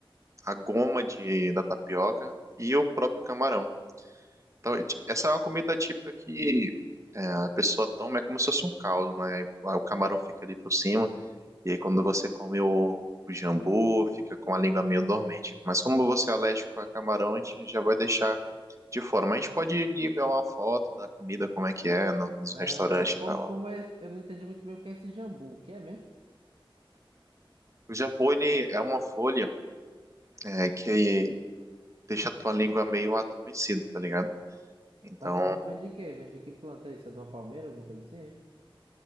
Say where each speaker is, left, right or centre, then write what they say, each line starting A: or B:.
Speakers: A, on the right; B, on the right.
A: a goma de, da tapioca e o próprio camarão. Então, essa é uma comida típica que é, a pessoa toma, é como se fosse um caldo, né? Aí O camarão fica ali por cima, e aí quando você come o, o jambu, fica com a língua meio dormente. Mas como você é alérgico a camarão, a gente já vai deixar de fora. Mas a gente pode lhe ver uma foto da comida, como é que é, no, nos
B: Ah,
A: restaurantes
B: show. Como,
A: e tal.
B: como é? Eu não entendi muito bem o que é esse jambu. O que é mesmo?
A: O jambu, ele é uma folha é, que deixa a tua língua meio adormecida, tá ligado? Então,
B: Mas é tipo, vem de quê? Vem de que planta isso? É de uma palmeira, alguma coisa assim? é?